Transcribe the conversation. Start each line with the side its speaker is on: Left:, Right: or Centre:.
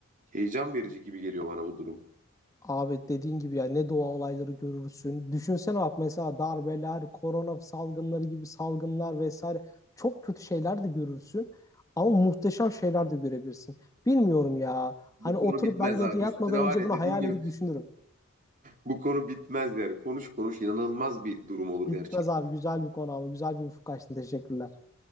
Right: Heyecan verici gibi geliyor bana bu durum.
Left: Abi dediğin gibi ya ne doğa olayları görürsün. Düşünsene bak mesela darbeler, korona salgınları gibi salgınlar vesaire çok kötü şeyler de görürsün. Ama muhteşem şeyler de görebilirsin. Bilmiyorum ya.
Right: Bu
Left: Hani
Right: konu
Left: oturup
Right: bitmez
Left: ben gece
Right: abi.
Left: yatmadan
Right: Üstüne var
Left: önce
Right: ya
Left: bunu
Right: dediğin
Left: hayal
Right: gibi
Left: edip düşünürüm.
Right: bu konu bitmez yani. Konuş konuş inanılmaz bir durum olur
Left: Bitmez
Right: gerçekten.
Left: abi güzel bir konu ama güzel bir ufuk açtın. Teşekkürler.